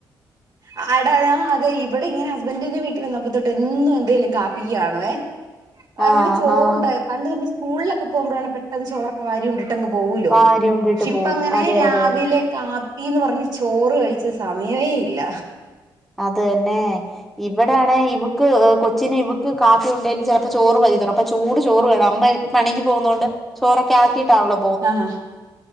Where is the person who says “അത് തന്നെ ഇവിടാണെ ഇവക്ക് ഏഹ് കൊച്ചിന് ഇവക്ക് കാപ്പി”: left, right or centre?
Centre